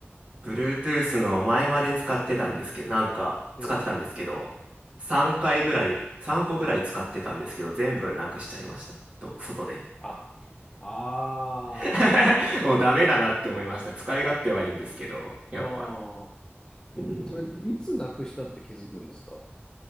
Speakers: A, on the right (about 30°); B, on the left (about 15°).
A: Bluetooth の前まで使ってたんですけど、なんか使ってたんですけど、
B: ええ。
A: 3回ぐらい、3個ぐらい使ってたんですけど、全部なくしちゃいました。と、外で。
B: あ、あ
A: <laughs> もうダメだなって思いました。使い勝手はいいんですけど、やっぱ。
B: あ、ああ。
A: うん。
B: え、それ、いつなくしたって気づくんですか